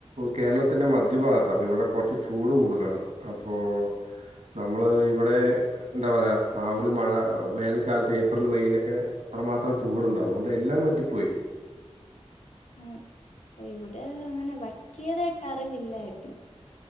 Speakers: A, on the right; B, on the left.
A: കേരളത്തിൻ്റെ മധ്യഭാഗത്താ, അപ്പോ ഇവിടെ കുറച്ച് ചൂട് കൂടുതലാണ്. അപ്പോൾ നമ്മൾ ഇവിടെ എന്താ പറയ ആ ഒരു മഴ വേനൽക്കാലത്ത് ഏപ്രിൽ മെയിലൊക്കെ അത്രമാത്രം ചൂടുണ്ട്, അതുകൊണ്ട് എല്ലാം വറ്റിപ്പോയി.
B: ആതെ, ഇവിടെ അങ്ങനെ വറ്റിയതായിട്ട് അറിവില്ലായിരുന്നു.